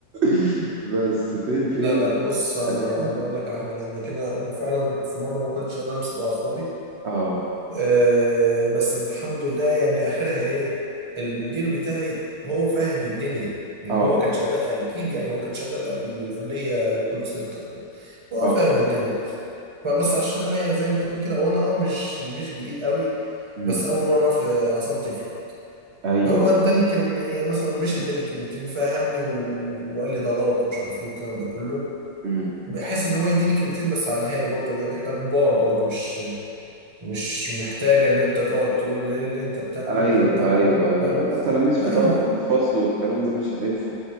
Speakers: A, on the right (about 60°); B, on the right (about 20°).
A: <laughs> بس فين فين
B: لا لا بص انا
A: ألاقي أهدى.
B: انا اقول لك على حاجه انا قبل كده انا فعلا في مره ما كنتش قادر امسك اعصابي
A: أه
B: آه بس الحمد لله يعني اخرها ايه المدير بتاعي هو فاهم الدنيا يعني
A: أه
B: هو كان شغال اكيد يعني هو كان شغال قبل قبليه كول سنتر هو
A: أه
B: فاهم الدنيا فبس عشان انا يعني زي ما تقول كده وانا اه مش مش جديد قوي
A: مم.
B: بس اول مره في اعصابي تفلت
A: ايوه
B: هو اداني كلمه يعني مثلا مش اداني كلمتين فهمني و... وقال لي ده غلط ومش عارف ايه الكلام ده كله
A: امم
B: بحس ان هو يديني كلمتين بس على الهادي برضه يعني احنا كبار برضه مش مش محتاجة إن أنت تقعد تقول إيه اللي أنت بتعمله
A: ايوه
B: ده والكلام
A: ايوه
B: ده كله
A: ايوه
B: فاهم
A: لا تلاميذ
B: لا
A: في طب...
B: إحنا
A: فصل والكلام ده مش هتنفع